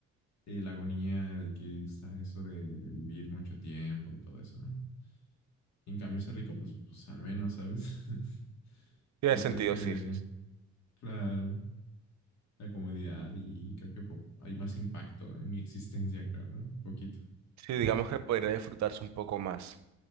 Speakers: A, on the left; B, on the right.
A: eh, la agonía de que está eso de, de vivir mucho tiempo y todo eso, ¿no? Y en cambio, ser rico, pues, pues al menos, ¿sabes? <laughs>
B: Tiene
A: Yo
B: sentido,
A: creo que,
B: sí, sí. Sí,
A: claro, la comodidad y creo que po- hay más impacto en mi existencia, creo, ¿no? Un poquito.
B: Sí,
A: <laughs>
B: digamos que podría disfrutarse un poco más.